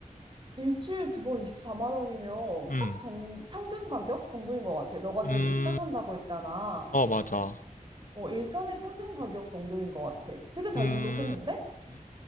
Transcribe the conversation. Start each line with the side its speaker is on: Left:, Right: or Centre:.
Right: 일주일 두 번 24만 원이면
Left: 음,
Right: 딱 정, 평균 가격 정도인 것 같아. 너가 지금
Left: 음,
Right: 일산 산다고 했잖아.
Left: 어, 맞아.
Right: 어, 일산의 평균 가격 정도인 것 같아. 되게 잘
Left: 음,
Right: 등록했는데?
Left: 음,